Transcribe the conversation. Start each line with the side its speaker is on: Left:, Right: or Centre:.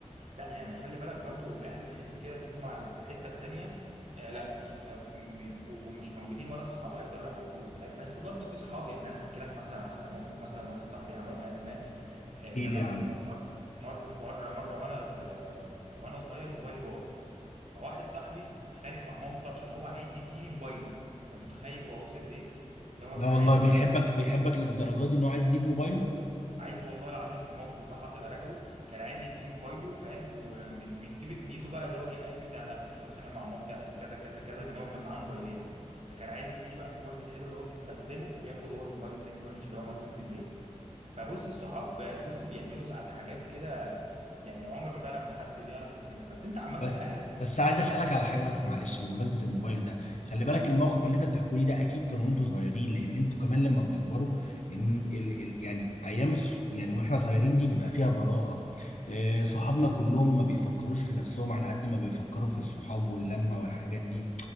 Right: لا يعني خلي بالك برضو الاهل بحس كده ان هم في حته تانية آه لا مش طب- بيبقوا مش موجودين ولا الصحاب هيقدروا يعوضوهم فاهم بس برضو في صحاب يعني انا هحكي لك مثلا على موقف مثلا واحد صاحبي عمله معايا زمان
Left: احكي
Right: ان
Left: لي
Right: انا
Left: يا
Right: م-
Left: عم
Right: مر مر مره مره وانا ز... وانا صغير موبايلي باظ فواحد صاحبي اتخانق مع مامته عشان هو عايز يديني موبايله انت متخيل هو وصل لايه ان هو
Left: لا
Right: كان
Left: والله
Right: عايز
Left: بيحبك
Right: موبايل
Left: بيحبك للدرجة دي ان هو عايز يديك موبايله
Right: عايز والله العظيم الموقف ده حصل يا رجبه كان عايز يديني موبايله وفاهم ومن من طيبه نيته بقى اللي هو جه قال لي ده انا كنت بتخانق مع مامتي عشان كذا كذا كذا لان هو كان معاه موبايلين فكان عايز يديني بقى الموبايل الحلو اللي هو بيستخدمه وياخد هو الموبايل التاني الوحش اللي هو مركون في البيت فبص الصحاب بص بيعملوا ساعات حاجات كده يعني عمر ما فعلا ما حد بيعرف يعملها بس انت عامه
Left: بس
Right: اهلك
Left: بس عايز اسالك على حاجه بس معلش بمناسبه الموبايل
Right: ازاي يعني
Left: ده خلي بالك الموقف اللي انت بتحكوا لي ده اكيد كان وانتوا صغيرين لان انتوا كمان لما بتكبروا ان ال ال يعني ايام الس- يعني واحنا صغيرين دي بيبقى فيها براءه آه، صحابنا كلهم ما بيفكروش في نفسهم على قد ما بيفكروا في الصحاب واللمه والحاجات دي